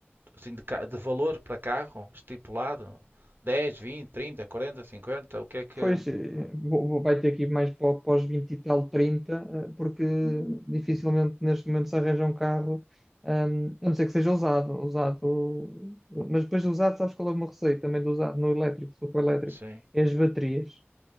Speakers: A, on the right (about 50°); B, in the centre.
A: Assim, de, ca- de valor para carro estipulado? dez, 20, 30, 40, cinquenta, O que é que.
B: Pois, eh, vou- vou- vai ter que ir mais para, para os 20 e tal, 30 eh, porque dificilmente neste momento se arranja um carro, hum, a não ser que seja usado, usado, mas depois de usado, sabes qual é o meu receio também do usado no elétrico, se for elétrico,
A: Sim,
B: é as baterias.